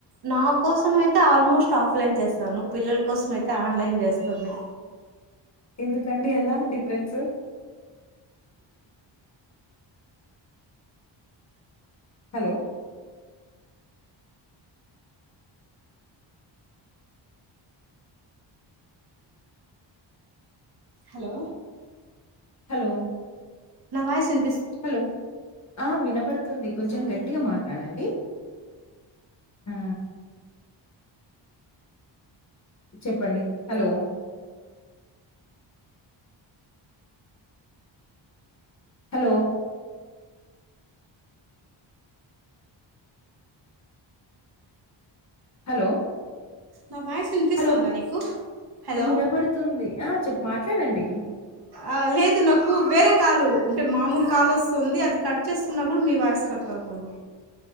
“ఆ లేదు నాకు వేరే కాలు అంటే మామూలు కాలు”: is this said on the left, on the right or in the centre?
Right